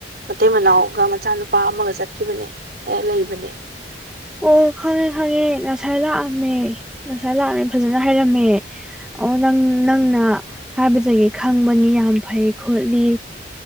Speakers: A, on the right; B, in the centre.
A: ꯃꯇꯩ ꯃꯅꯥꯎꯒ ꯃꯆꯥꯅꯨꯄꯥ ꯑꯃꯒ ꯆꯠꯈꯤꯕꯅꯦ ꯑꯦ ꯂꯩꯕꯅꯦ
B: ꯑꯣ ꯈꯪꯉꯦ ꯈꯪꯉꯦ ꯉꯁꯥꯏ ꯂꯥꯛꯑꯝꯃꯦ ꯉꯁꯥꯏ ꯂꯥꯛꯑꯃꯦ ꯐꯖꯅ ꯍꯥꯏꯔꯝꯃꯦ ꯑꯣ ꯅꯪ ꯅꯪꯅ ꯍꯥꯏꯕꯗꯒꯤ ꯈꯪꯕꯅꯤ ꯌꯥꯝ ꯐꯩ ꯈꯣꯠꯂꯤ